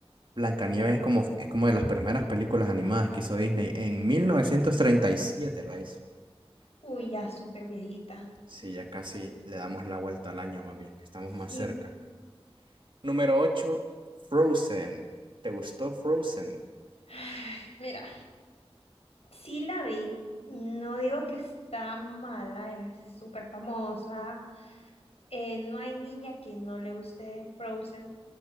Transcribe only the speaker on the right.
Blancanieves es como, es como de las primeras películas animadas que hizo Disney. En 1937, la hizo.
Sí, ya casi le damos la vuelta al año más bien, estamos
más cerca. Número 8, Frozen. ¿Te gustó Frozen?